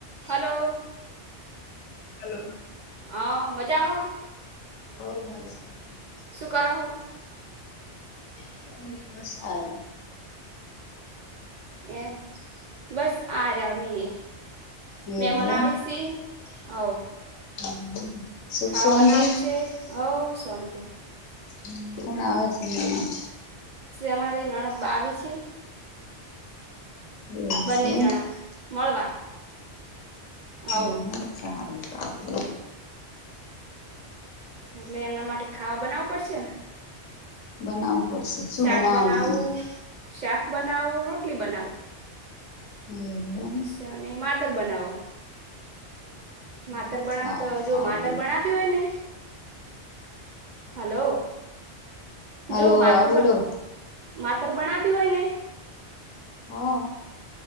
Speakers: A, on the right; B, on the left.
A: હાલો.
B: Hello.
A: હ મજામાં
B: હો મજામાં
A: શું કરો હો
B: કયની બસ સારો
A: એમ બસ આ રમીયે મેમાન
B: એવું એમ
A: આવીશી ઓવ.
B: <inaudible>
A: ખાવા
B: શાંતિ
A: બનાવું છે, હો શોંતિ
B: હમમ કોણ આવે મેમાન
A: અમારે નણદ બા આવે છે.
B: એવું
A: બંને
B: શું
A: જણા મળવા હવ
B: એમ સારું સારું.
A: એટલે એમના માટે ખાવા બનાવવું પડશે ને.
B: બનાવવું પડશે શું
A: શાક
B: બનાવાનું
A: બનાવું
B: હે?
A: શાક બનાવુ, રોટલી બનાવુ.
B: હે એવું
A: અચ્છા નહી માતર બનાવો. માતર
B: એમ
A: બણાવતો
B: સારું સારું
A: જો માતર
B: લો
A: બણાવ્યું હોય ને. હલો. જો
B: હલો
A: માતર
B: હા બોલો.
A: માતર બણાબી હોય ને.
B: હા.